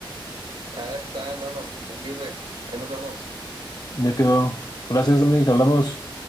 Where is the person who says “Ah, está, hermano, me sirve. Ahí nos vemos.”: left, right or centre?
Right